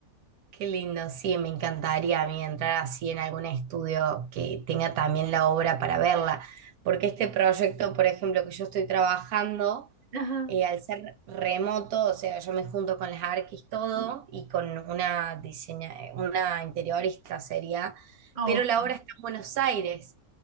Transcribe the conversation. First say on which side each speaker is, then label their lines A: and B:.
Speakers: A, on the right; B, on the right.
A: Qué lindo, sí, me encantaría a mí entrar así en algún estudio que tenga también la obra para verla. Porque este proyecto, por ejemplo, que yo estoy trabajando.
B: Ajá.
A: eh, al ser remoto, o sea, yo me junto con las arquis todo y con una diseña, una interiorista sería,
B: Ah,
A: pero
B: ok.
A: la obra está en Buenos Aires.